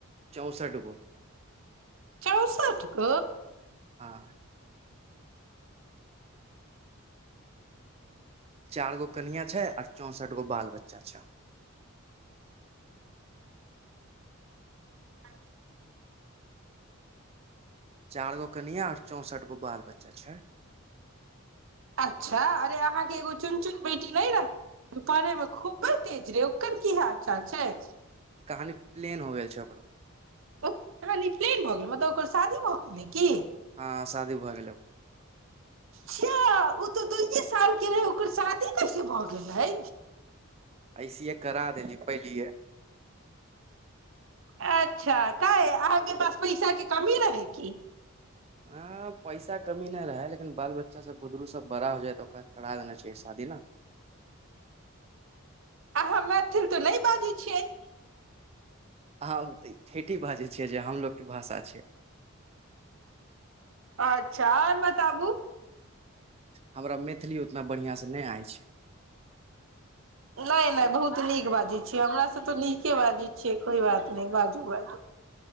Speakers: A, on the right; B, on the right.
A: चौसा टुकु
B: चौसठ ग
A: हँ चार गो कनििया छै आर चौंसठ गो बाल बच्चा छै
B: आ
A: चारि गो कनिआ आर चौंसठि गो बाल बच्चा छै
B: अच्छा अरे अहाँके एगो चुन चुन बेटी नहि रह पढ़ेमे खूबे तेज रहे ओकर की हाल चाल छै
A: कहानी प्लेन हो गेल छै ओकरो
B: फ्लेन भऽ गेलै मतलब ओकर शादी भऽ गेलै की
A: हँ शादी भऽ गेलै
B: छा ओ तऽ दइए साल के रहै ओकर शादी कैसे भऽ गेलै
A: ऐसेे करा देली पहिलिये
B: अ अच्छा क अेास पैसा क कमी रह की
A: ह पैसा कमी नहि रहै लेकिन बाल बच्चा सब बुजरुग सब बड़ा हो जा तऽ ओकरा करा देना चा शादी ने
B: आ हम मैथिल तऽ नहि बाजै छियै
A: अहाँ ठेठी बाजै छी ो भाा छ
B: अच्छा आर बताबु
A: हमरा मैथिली उतना बढ़िआँसँ नहि आइ छै
B: नहि नहि बहुत नीक बाजै छियै हमरा से तऽ नीके बाजै छियै कोइ बात नहि बाजू बाजू